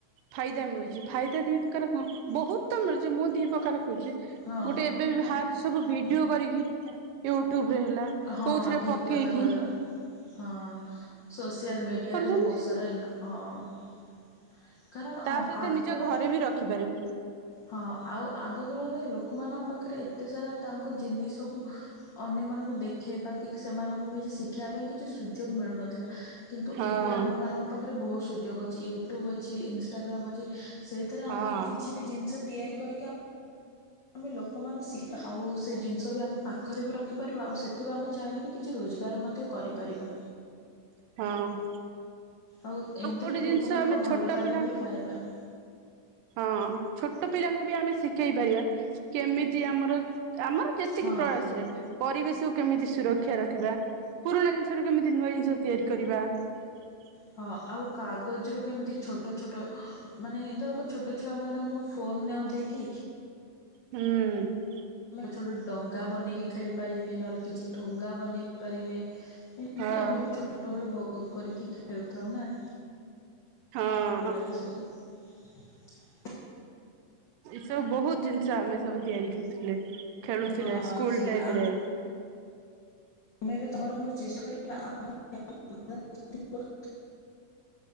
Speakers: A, on the right; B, on the left.
A: ଫାଇଦା ମିଳୁଛି ଫାଇଦା ଦି ପ୍ରକାର କଣ ବହୁତ ତ ମିଳୁଛି ମୁଁ ଦି ପ୍ରକାର କ ଛି
B: ହଁ
A: ଗୋଟେ ଏବେ ବି ବାହାରଛି ସବୁ ଭିଡିଓ କରିକି ୟୁ ଟ୍ୟୁବରେ ହେଲା
B: ହଁ
A: କଉଥିରେ
B: ଠିକ୍
A: ପକେଇକି
B: କଥା କହିଲ
A: ।
B: ହଁ ସୋସିଆଲ ମିଡିଆରେ
A: କରୁଛନ୍ତି
B: ବହୁତ ସାରା ଇନକ ହଁ । କାରଣ
A: ତା
B: ହଁ ଅ
A: ସହିତ
B: ଆଗକାଳର
A: ନିଜ ଘରେ
B: ଲୋ
A: ବି ରଖିପାରିବୁ
B: ହଁ ଆଉ ଆଗକାଳର ଲୋ ଲୋକମାନଙ୍କ ପାଖରେ ଏତେ ସାରା ତାଙ୍କ ଜିନିଷକୁ ଅନ୍ୟମାନଙ୍କୁ ଦେ----। ସିଖେଇବା ସେମାନଙ୍କୁ କିଛି ସିଖେଇବା ପାଇଁ ସୁଯୋଗ କିଛି ମିଳୁନଥିଲା । କିନ୍ତୁ
A: ହଁ
B: ଏବେ ଆମମାନଙ୍କ ପାଖରେ ବହୁତ ସୁଯୋଗ ଅଛି ୟୁଟ୍ୟୁବ୍ ଅଛି ଇନଷ୍ଟାଗ୍ରାମ୍ ଅଛି। ସେଇଥିରେ
A: ହଁ
B: ଆମେ କିଛି ବି ଜିନିଷ ତିଆରି । କରିକ । ଆମେ ଲୋକମାନେ ଶିଖ ଆଉ ସେ ଜିନିଷ ବି ଆମକୁ । ପାଖରେ ବି ରଖିପାରିବା ଆଉ ସେଥିରୁ ଆମେ ଚାହିଁଲେ ବି କିଛି ରୋଜଗାର ମଧ୍ୟ କରିପାରିବା।
A: ହଁ।
B: ଆଉ ଏମିତିରେ
A: ଗୋଟେ
B: ବି
A: ଜିନିଷ
B: ଲୋକମାନଙ୍କ
A: ଆମେ ଛୋଟ
B: ଭଲ ପାଇବା
A: ପିଲାଙ୍କୁ
B: ବି ପାଇବା।
A: ହଁ ଛୋଟ ପିଲାଙ୍କୁ ବି ଆମେ ଶିଖେଇ ପାରିବା କେମିତି ଆମର ଆମର ଯେତିକି
B: ହଁ।
A: ପ୍ରୟାସରେ ପରିବେଶକୁ କେମିତି ସୁରକ୍ଷା ର ରଖିବା ପୁରୁଣା ଜିନିଷ କେମିତି ନୂଆ ଜିନିଷ ତିଆରି କରିବା ।
B: ହଁ ଆଉ କାଗଜରୁୁ କେମତି ଛୋଟ ଛୋଟ ମାନେ ଦ ଛୋଟ । ଛୋଟ ଛୁଆମାନଙ୍କୁ ଫୋନ ନ ଦେଇକି
A: ହୁଁ ।
B: ଛୋଟ ଛୋଟ ଡଙ୍ଗା ବନେଇକି ଖେଳି ପାରିବେ ନହେଲେ କିଛି ଠୁଙ୍ଗା ବନେଇ ପାରିବେ। ଏମିତି
A: ହଁ
B: ଆମେ ବି ଛୋଟବେଳେ ବହୁତ ବହୁତ କରିକି ଖେଳୁଥାଉ ନା।
A: ହଁ
B: ଭଲ ଲାଗି ସେ ଯେ। <unintelligible>
A: ଏସବୁ ବହୁତ୍ ଜିନିଷ ଆମେ ସବୁ ତିଆରି କରିଥିଲେ ଖେଳୁଥିଲେ
B: ହଁ
A: ସ୍କୁଲ
B: ସେଇଟା
A: ଟାଇମରେ।
B: ତମେ ଏ ତମର ଚେଷ୍ଟା କରିବାମ ଆମର <unintelligible>